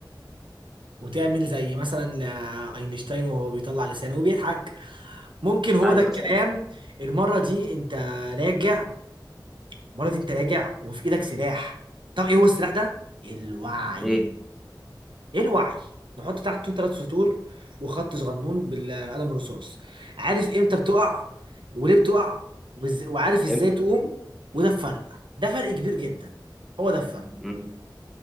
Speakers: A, on the right; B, in the centre.
A: وتعمل زي مثلا آه، اينشتاين وهو بيطلع لسانه وبيضحك ممكن هو
B: أيوة
A: ده الكلام
B: صح
A: المرة دي انت راجع المرة دي انت راجع وفي ايدك سلاح طب ايه هو السلاح ده؟ الوعي
B: إيه
A: ايه الوعي؟ نحط تحته ثلاث سطور وخط صغنون بالقلم الرصاص عارف امتى بتقع وليه بتقع وإز- وعارف ازاي
B: إمتى
A: تقوم وده الفرق ده فرق كبير جدا هو ده الفرق
B: مم.